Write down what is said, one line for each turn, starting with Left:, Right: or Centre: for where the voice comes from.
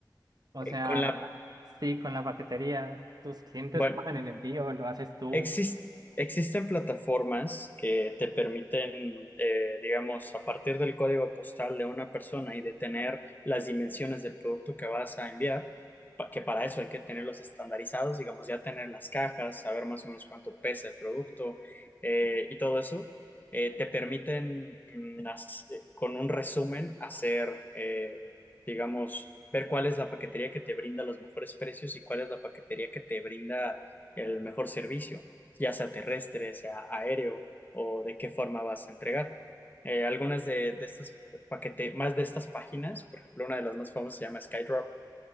Right: O
Left: Eh,
Right: sea,
Left: con la,
Right: sí, con la paquetería, tus clientes
Left: bueno,
Right: pagan el envío, lo haces tú.
Left: Exis- existen plataformas que te permiten, eh, digamos, a partir del código postal de una persona y de tener las dimensiones del producto que vas a enviar, pa- que para eso hay que tenerlos estandarizados, digamos, ya tener las cajas, saber más o menos cuánto pesa el producto eh, y todo eso, eh, te permiten mm, haz- eh, con un resumen hacer, eh, digamos, ver cuál es la paquetería que te brinda los mejores precios y cuál es la paquetería que te brinda el mejor servicio, ya sea terrestre, sea aéreo o de qué forma vas a entregar. Eh, algunas de, de estas paquete, más de estas páginas, por ejemplo, una de las más famosas se llama SkyDrop.